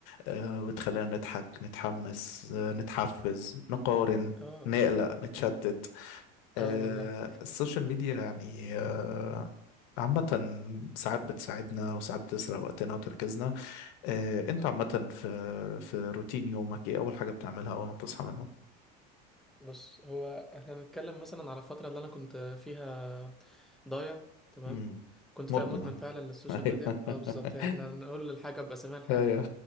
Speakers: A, on the left; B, in the centre.
A: آه، بتخلينا نضحك نتحمس آه، نتحفز نقارن
B: اه اه
A: نقلق نتشتت آه
B: آه والله
A: السوشيال ميديا يعني آه عامة ساعات بتساعدنا وساعات بتسرق وقتنا وتركيزنا آه انت عامة في في روتين يومك ايه أول حاجة بتعملها أول ما بتصحى من النوم؟
B: بص هو احنا نتكلم مثلا على الفترة اللي انا كنت فيها ضايع تمام
A: امم
B: كنت
A: مدمن
B: فيها مدمن فعلا للسوشيال
A: آه.
B: ميديا
A: <laughs>
B: اه بالظبط احنا نقول الحاجة بأساميها الحقيقية
A: ايوه